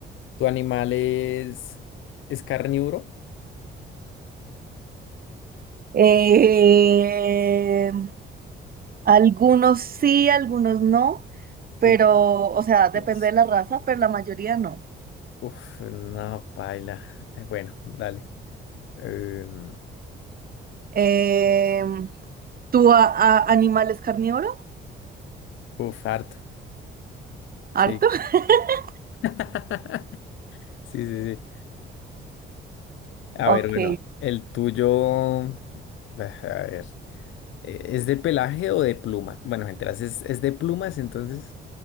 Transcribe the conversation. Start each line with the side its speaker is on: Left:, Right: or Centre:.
Left: ¿Tu animal es, es carnívoro?
Right: Eh, algunos sí, algunos no, pero,
Left: Uf,
Right: o sea, depende
Left: yes.
Right: de la raza, pero la mayoría no.
Left: Uf, no, paila. Eh, Bueno, dale. Em,
Right: Eh, ¿tu a- a- animal es carnívoro?
Left: uf, harto.
Right: ¿Harto?
Left: Sí.
Right: <laughs>
Left: <laughs> Sí, sí, sí. A
Right: Ok,
Left: ver, bueno, el tuyo. mm, bah, A ver. eh, ¿Es de pelaje o de pluma? Bueno, mientras es, es de plumas, entonces.